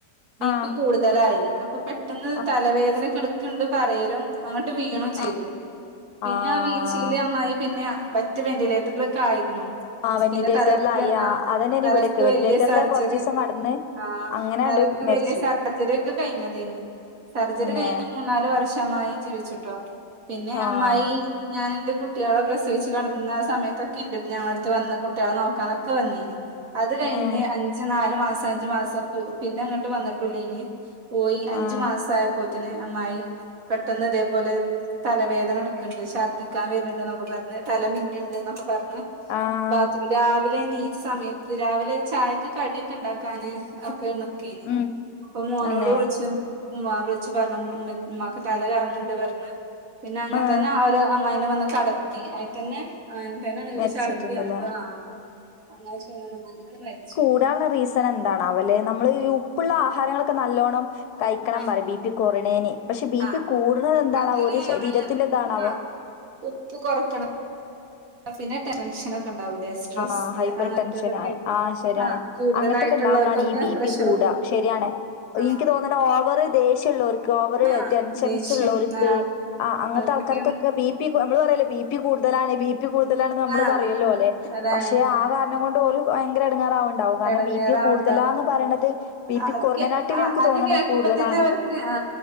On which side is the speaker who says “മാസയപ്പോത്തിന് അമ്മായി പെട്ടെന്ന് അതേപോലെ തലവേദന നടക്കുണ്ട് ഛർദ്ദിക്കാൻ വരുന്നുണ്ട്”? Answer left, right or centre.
Right